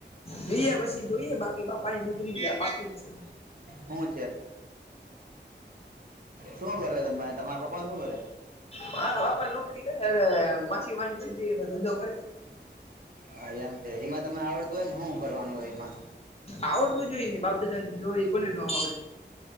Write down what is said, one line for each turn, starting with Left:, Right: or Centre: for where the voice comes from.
Left: બી એ પછી જોઈએ બાકી બાપાની નોકરી પાકી જ છે.
Right: હું છે. શું કરે ત તમારા પપ્પા શું કરે
Left: મારા બાપા નોકરી એટલે માછીમારની ચીંધી એમાં ધંધો કરે છે.
Right: હા એમ છે એમાં તમે આવડતું હોય ને હું હું કરવાનું હોય એમાં
Left: આવડતું જ હોઈ ને બાપદાદાનો ધંધો હોય કોને ન આવડે